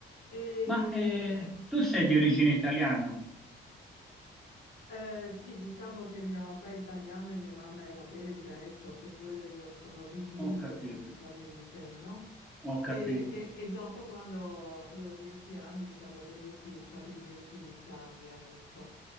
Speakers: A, on the left (about 70°); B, in the centre.
A: E
B: Ma eh, tu sei
A: di-
B: di origine italiana?
A: eh, sì, diciamo che mio papà è italiano e mia mamma era belga, ecco, per quello io sono bilingue
B: Ho capito.
A: praticamente, no?
B: Ho
A: E,
B: capito.
A: e- e dopo, quando avevo dieci anni, siamo venuti stabilmente in Italia, ecco.